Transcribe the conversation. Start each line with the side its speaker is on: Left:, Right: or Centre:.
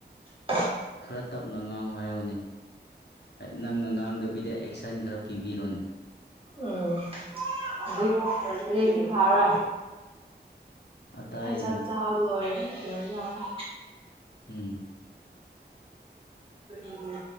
Right: ꯫
Left: ꯈꯔ ꯇꯞꯅ ꯉꯥꯡꯉꫭ ꯍꯥꯏꯌꫭꯅꯦ ꯅꯪꯅ ꯉꯥꯡꯗꯕꯤꯗ꯫ ꯁꯟ ꯈꯔ ꯄꯤꯕꯤꯔꯣꯅꯦ꯫
Right: ꯎꯝ ꯍꯧꯖꯤꯛ ꯍꯧꯖꯤꯛꯇꯤ ꯐꯥꯕ꯭ꯔꯥ꯫
Left: ꯑꯇꯥꯏ
Right: ꯑꯩ
Left: ꯑꯗꯨꯝ
Right: ꯆꯥꯛ ꯆꯥꯕ ꯂꯣꯏꯔꯦ ꯂꯣꯏ ꯌꯥꯎꯔ‌ꯦ꯫
Left: ꯎꯝ
Right: ꯎꯝ